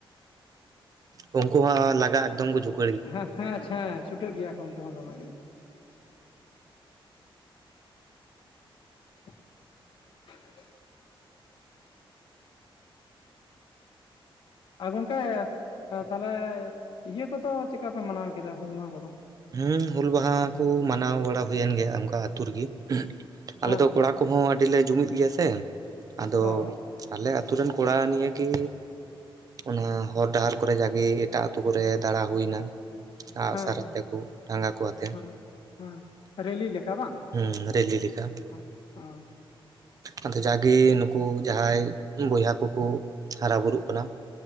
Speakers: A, on the right; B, on the left.
A: ᱚ ᱩᱱᱠᱩ ᱦᱚᱸ ᱞᱟᱜᱟ ᱮᱠᱫᱚᱢ ᱜᱮ <unintelligible>
B: ᱦᱮᱸ ᱦᱮᱸ ᱪᱷᱮᱸ ᱪᱷᱩᱴᱟᱹᱜ ᱜᱮᱭᱟ ᱠᱚ ᱩᱱᱠᱩ ᱦᱚᱸ ᱫᱚᱢᱮ ᱜᱮ᱾ <unintelligible> ᱟᱨ ᱜᱚᱢᱠᱮ ᱛᱟᱦᱚᱞᱮ ᱤᱭᱟᱹ ᱠᱚᱫᱚ ᱪᱮᱫᱠᱟ ᱯᱮ ᱢᱟᱱᱟᱣ ᱠᱮᱫᱟ ᱦᱩᱞ ᱢᱟᱦᱟ ᱠᱚᱫᱚ?
A: ᱦᱮᱸ ᱦᱩᱞ ᱢᱟᱦᱟ ᱠᱚ ᱢᱟᱱᱟᱣ ᱵᱟᱲᱟ ᱦᱩᱭᱮᱱ ᱜᱮᱭᱟ ᱚᱱᱠᱟ ᱟᱛᱳ ᱨᱮᱜᱮ ᱟᱞᱮ
B: ᱦᱮᱸ
A: ᱫᱚ ᱠᱚᱲᱟ ᱠᱚ ᱠᱚᱦᱚᱸ ᱟᱹᱰᱤᱞᱮ ᱡᱩᱢᱤᱫ ᱜᱮᱭᱟᱥᱮ, ᱟᱫᱚ
B: ᱚ
A: ᱟᱞᱮ ᱟᱛᱳ ᱨᱮᱱ ᱠᱚᱲᱟ ᱱᱤᱭᱮ‌ᱜᱤ ᱚᱱᱟ ᱦᱚᱨ ᱰᱟᱦᱟᱨ ᱠᱚᱨᱮ ᱡᱟᱜᱮ ᱮᱴᱟᱜ ᱟᱛᱳ ᱠᱚᱨᱮ ᱫᱟᱬᱟ ᱦᱩᱭᱱᱟ ᱟᱸᱜ
B: ᱦᱮᱸ
A: ᱥᱟᱨ
B: ᱦᱮᱸ
A: ᱟᱛᱮᱠᱚ ᱴᱟᱸᱜᱟ ᱠᱚ ᱟᱛᱮᱫ
B: ᱦᱮᱸ ᱦᱮᱸ ᱨᱮᱞᱤ ᱞᱮᱠᱟ ᱵᱟᱝ?
A: ᱦᱩᱸ ᱨᱮᱞᱤ ᱞᱮᱠᱟ
B: ᱚ ᱦᱮᱸ
A: ᱟᱫᱚ ᱡᱟᱜᱮ ᱱᱩᱠᱩ ᱡᱟᱦᱟᱸᱭ ᱵᱚᱭᱦᱟ ᱠᱚᱠᱚ ᱦᱟᱨᱟ ᱵᱩᱨᱩᱜ ᱠᱟᱱᱟ